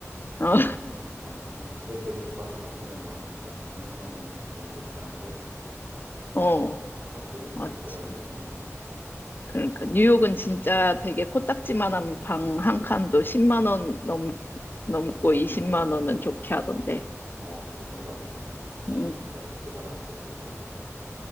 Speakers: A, on the left (about 40°); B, on the right (about 50°).
A: 어,
B: 아무튼 뭐 그래도 되게 좋았어. 덕분에 뭐 한 진짜 백몇만 원 정도 그 당시에
A: <laughs> 어,
B: 숙박비를 그렇게
A: 맞지.
B: 절약을 했으니까.
A: 그러니까 뉴욕은 진짜 되게 코딱지만한 방 한 칸도 10만 원 넘, 넘고 20만 원은 좋게 하던데.
B: 어, 그랬던 것 같아. 그 친구
A: 음,
B: 진짜 어떻게 살았는지 몰라 거기서.